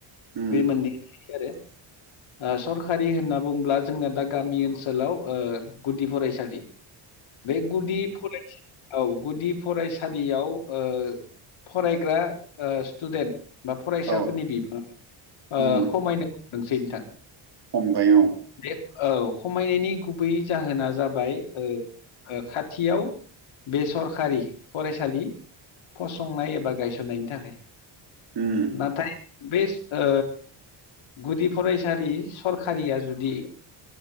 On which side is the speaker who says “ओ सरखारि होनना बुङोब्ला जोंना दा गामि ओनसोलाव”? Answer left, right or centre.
Left